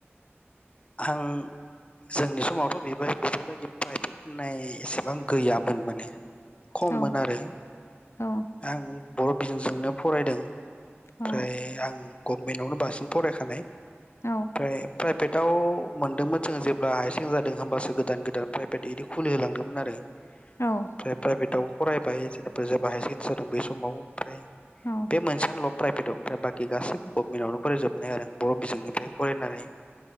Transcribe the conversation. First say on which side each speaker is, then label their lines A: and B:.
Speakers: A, on the left; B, on the left.
A: आं जोंनि समावथ' बेबाय बेफोरबायदि प्राइभेट होननाय एसेबां गैयामोन माने खममोन
B: औ
A: आरो
B: औ
A: आं बर' बिजोंजोंनो फरायदों ओमफ्राय
B: औ
A: आं गभमेन्टावनो बांसिन फरायखानाय। ओमफ्राय
B: औ
A: प्राइभेट याव मोनदोंमोन जोङो जेब्ला हायार सेकेन्डारि जादों होमबासो गोदान गोदान प्राइभेट बिदि खुलिहोलांदोंमोन आरो।
B: औ
A: <unintelligible> प्राइभेट <unintelligible> बेै समाव ओमफ्राय
B: औ
A: बे मोनसेनोल' प्राइभेटआव ओमफ्राय बाखि गासैबो गभमेन्टावनो फरायजोबनाय आरो बर' बिजोंनिफ्राय फरायनानै।